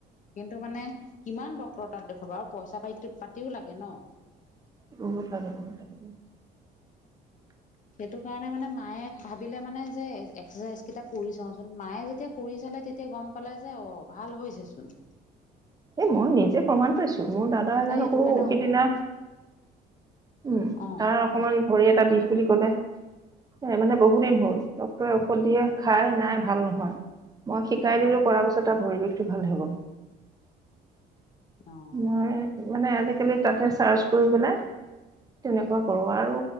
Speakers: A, on the left; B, on the right.
A: কিন্তু, মানে, কিমান ডক্তৰ তাত দেখুৱাবা আৰু পইচা পাতি পাতিও লাগে ন
B: বহুত থাকে বহুতাকে
A: সেইটো কাৰণে মানে, মায়ে ভাবিলে মানে যে এক্সাৰচাইজ কেইটা কৰি চাওঁচোন, মায়ে যেতিয়া কৰি চালে তেতিয়া গম পালে যে অ ভাল হৈছে চোন
B: এ, মই নিজে প্ৰমাণ পাইছো, মোৰ দাদা
A: তাই
B: এজন
A: সেইটো
B: আকৌ
A: কাৰণে
B: সিদিনা
A: অ',
B: উম,
A: অ',
B: তাৰ অকমান ভৰি এটা বিষ বুলি কলে মানে, বহুত দিন হ'ল ডক্ক্তৰে ঔষধ দিয়ে খাই নাই ভাল নহয় মই, শিকাই দিলো কৰাৰ পাছত তাৰ পৰিৰিৱেশটো ভাল হৈ গ'ল
A: অ',
B: মই মানে, আজিকালি তাতে চাৰ্চ কৰি পেলাই তেনেকুৱা কৰো, আৰু